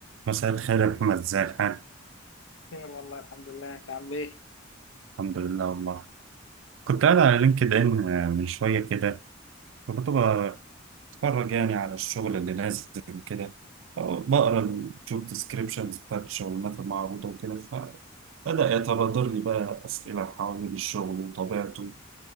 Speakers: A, on the right; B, on the left.
A: مساء الخير يا محمد ازي الحال؟
B: خير والله الحمد لله انت عامل ايه؟
A: الحمد لله والله كنت قاعد على لينكد ان من شوية كده فكنت بتفرج يعني على الشغل اللي نازل كده بقرا الجوب ديسكريبشنز بتاعت الشغلانات المعروضة وكده فبدأ يتبادر لي بقى أسئلة حوالين الشغل وطبيعته